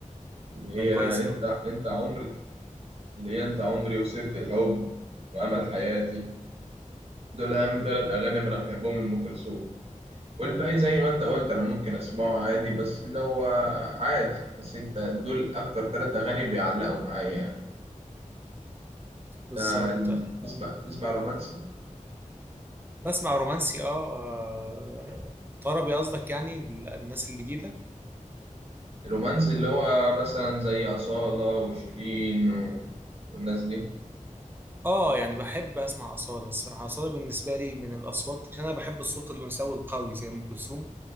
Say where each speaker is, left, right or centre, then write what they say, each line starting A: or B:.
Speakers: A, on the right; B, on the right.
A: اللي
B: ده
A: هي
B: كويس
A: انت
B: أوي
A: انت عمري اللي هي انت عمري وسيرة الحب وامل حياتي دول أهم تلات أغاني أنا بحبهم لأم كلثوم والباقي زي ما أنت قلت أنا ممكن أسمعه عادي بس اللي هو عادي بس أنت دول أكتر تلات أغاني بيعلقوا معايا يعني
B: بالظبط
A: ده ال- تسمع تسمع رومانسي
B: بسمع رومانسي اه آه، طربي قصدك يعني ال- الناس الجديدة
A: الرومانسي اللي هو مثلا زي أصالة وشيرين و... والناس دي
B: اه يعني بحب اسمع أصالة الصراحة أصالة بالنسبة لي من الأصوات عشان أنا بحب الصوت الأنثوي القوي زي أم كلثوم